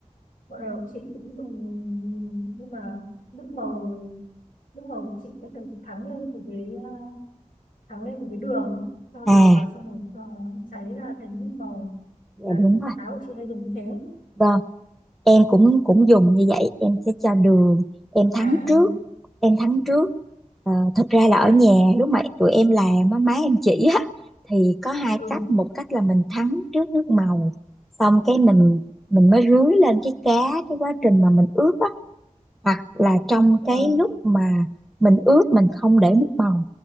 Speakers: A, on the left; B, in the centre.
A: bọn này bọn chị cũng dùng nhưng mà nước màu nước màu bọn chị sẽ phải thắng lên từ cái à, thắng lên từ cái đường ấy. cho đường
B: à
A: vào xong rồi cho nó cháy ra thành nước màu
B: dạ
A: đấy
B: đúng rồi
A: kho cá bọn chị hay dùng như thế
B: vâng em cũng cũng dùng như vậy em sẽ cho đường em thắng
A: À,
B: trước em thắng trước Ờ, thật ra
A: thế
B: là ở
A: à?
B: nhà lúc mà tụi em làm á, má em chỉ á thì có hai
A: Ừ.
B: cách một cách là mình thắng trước nước màu xong cái mình mình mới rưới lên cái cá cái quá trình mà mình ướp á hoặc là trong
A: ờ,
B: cái lúc mà mình ướp mình không để nước màu